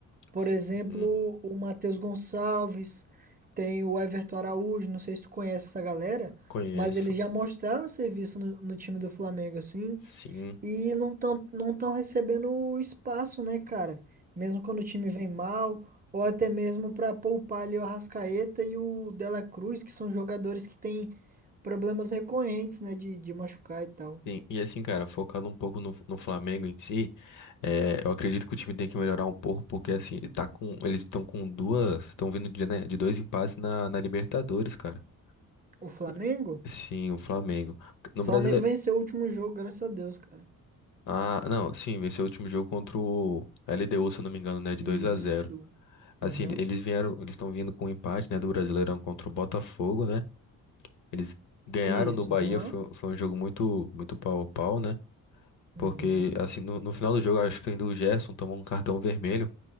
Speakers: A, on the right (about 25°); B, on the left (about 60°).
A: Por
B: Sim,
A: exemplo, o Matheus Gonçalves, tem o Everton Araújo, não sei se tu conhece essa galera,
B: conheço.
A: mas eles já mostraram serviço no, no time do Flamengo, assim.
B: Sim,
A: E não estão não estão recebendo o espaço, né, cara? Mesmo quando o time vem mal, ou até mesmo para poupar ali o Arrascaeta e o Dela Cruz, que são jogadores que têm problemas recorrentes, né, de, de machucar e tal.
B: sim. E assim, cara, focado um pouco no, no Flamengo em si, é, eu acredito que o time tem que melhorar um pouco, porque assim, ele tá com, eles estão com duas, estão vindo de, né, de dois empates na, na Libertadores, cara.
A: O Flamengo?
B: E- Sim, o Flamengo. No
A: O Flamengo
B: Brasileiro.
A: venceu o último jogo, graças a Deus, cara.
B: Ah, não, sim, venceu o último jogo contra o LDU, se eu não me engano, né, de
A: Isso.
B: 2 a zero Assim,
A: Aham.
B: ele- eles vieram, eles estão vindo com um empate, né, do Brasileirão contra o Botafogo, né? Eles ganharam
A: Isso,
B: do Bahia,
A: aham.
B: foi, foi um jogo muito muito pau a pau, né?
A: Uhum.
B: Porque, assim, no, no final do jogo, acho que ainda o Gerson tomou um cartão vermelho.